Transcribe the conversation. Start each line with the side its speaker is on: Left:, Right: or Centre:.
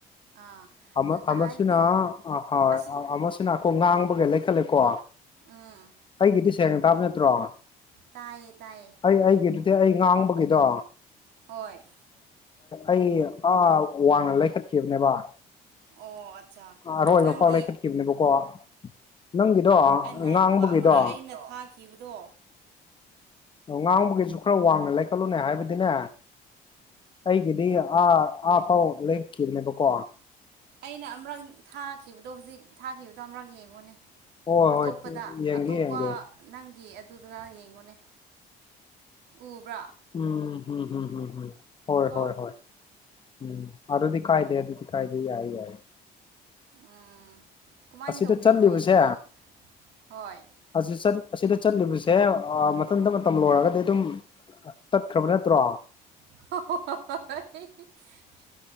Right: ꯑꯥ
Left: ꯑꯃ ꯑꯃꯁꯤꯅ
Right: ꯍꯥꯏꯕꯗꯤ
Left: ꯑ ꯍꯣꯏ
Right: ꯑꯁꯤ
Left: ꯑꯃꯁꯤꯅ ꯑꯩꯈꯣꯏ ꯉꯥꯡꯕꯒꯤ ꯂꯩꯈꯠꯂꯦꯀꯣ
Right: ꯑꯥ
Left: ꯑꯩꯒꯤꯗꯤ ꯁꯦꯡꯅ ꯇꯥꯕ ꯅꯠꯇ꯭ꯔꯣ
Right: ꯇꯥꯏꯌꯦ ꯇꯥꯏꯌꯦ
Left: ꯑꯩ ꯑꯩꯒꯤꯗꯨꯗꯤ ꯑꯩ ꯉꯥꯡꯕꯒꯤꯗꯣ
Right: ꯍꯣꯏ
Left: ꯑꯩ ꯑꯥ ꯋꯥꯡꯅ ꯂꯩꯈꯠꯈꯤꯕꯅꯦꯕ
Right: ꯑꯣ ꯑꯠꯆꯥ
Left: ꯑꯔꯣꯏꯕꯐꯥꯎ
Right: ꯅꯪꯒꯤ
Left: ꯂꯩꯈꯠꯈꯤꯕꯅꯦꯕꯀꯣ
Right: ꯑꯣ
Left: ꯅꯪꯒꯤꯗꯣ
Right: ꯑꯩ ꯉꯥꯏꯈꯣꯀꯣ
Left: ꯉꯥꯡꯕꯒꯤꯗꯣ
Right: ꯑꯃꯨꯔꯛ ꯑꯩꯅ ꯊꯥꯈꯤꯕꯗꯣ
Left: ꯑꯣ ꯉꯥꯡꯕꯒꯤꯁꯨ ꯈꯔ ꯋꯥꯡꯅ ꯂꯩꯈꯠꯂꯨꯅꯦ ꯍꯥꯏꯕꯗꯤꯅꯦ ꯑꯩꯒꯤꯗꯤ ꯑꯥ ꯑꯥ ꯐꯥꯎ ꯂꯦꯞꯈꯤꯕꯅꯦꯕꯀꯣ
Right: ꯑꯩꯅ ꯑꯃꯔꯛ ꯊꯥꯈꯤꯕꯗꯣ ꯍꯧꯖꯤꯛ ꯊꯥꯈꯤꯕꯗꯣ ꯑꯃꯔꯛ ꯌꯦꯡꯉꯣꯅꯦ
Left: ꯍꯣꯏ
Right: ꯑꯇꯣꯞꯄꯗ
Left: ꯍꯣꯏ ꯌꯦꯡꯒꯦ
Right: ꯑꯇꯣꯞꯄ
Left: ꯌꯦꯡꯒꯦ
Right: ꯅꯪꯒꯤ ꯑꯗꯨꯗꯨꯗ ꯌꯦꯡꯉꯣꯅꯦ ꯎꯕ꯭ꯔꯥ
Left: ꯎꯝ ꯎꯝ ꯎꯝ ꯎꯝ ꯎꯝ ꯍꯣꯢ
Right: ꯀꯣ
Left: ꯍꯣꯢ ꯍꯣꯢ ꯎꯝ ꯑꯗꯨꯗꯤ ꯀꯥꯢꯗꯦ ꯑꯗꯨꯗꯤ ꯀꯥꯢꯗꯦ ꯌꯥꯢ ꯌꯥꯢꯌꯦ
Right: ꯎꯝ ꯀꯃꯥꯢꯢ
Left: ꯑꯁꯤꯗ
Right: ꯇꯧꯒꯦ
Left: ꯆꯠꯂꯤꯕꯁꯦ
Right: ꯅꯣꯢꯒꯤ ꯍꯣꯢ
Left: ꯑꯁꯤ ꯆꯠ ꯑꯁꯤꯗ ꯆꯠꯂꯤꯕꯁꯦ ꯑ ꯃꯊꯟꯇ ꯃꯇꯝ ꯂꯣꯢꯔꯒꯗꯤ ꯑꯗꯨꯝ ꯇꯠꯈ꯭ꯔꯕ ꯅꯠꯇ꯭ꯔꯣ
Right: <unintelligible>